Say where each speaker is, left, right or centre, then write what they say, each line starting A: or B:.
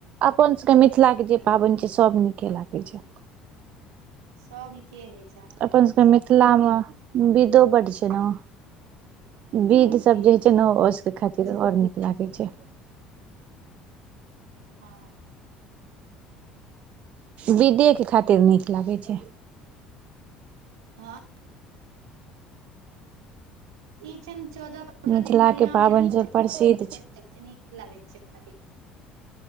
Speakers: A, on the right; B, on the right.
A: अपन सभ के मिथिलाके जे पाबैन छै सभ नीके लागै छै
B: सब नीके अई
A: अपन सबके मिथिला मे विध्धो बड्ड छै न
B: बहुत
A: विध सब
B: भीड़
A: जे जेना ओसके खातिर
B: छै
A: ओर नीक लागै छै
B: हँ
A: विदे के खातिर नीक लागै छै
B: हँ ई छैन चौदह पंद्रह
A: मिथिलाके
B: दिन बढ़िया बढ़िया
A: पाबनि
B: लोग
A: सब
B: जगह
A: प्रसिद्ध
B: पर घुमय
A: छै
B: जाय छतिन त नीक लागे छथिन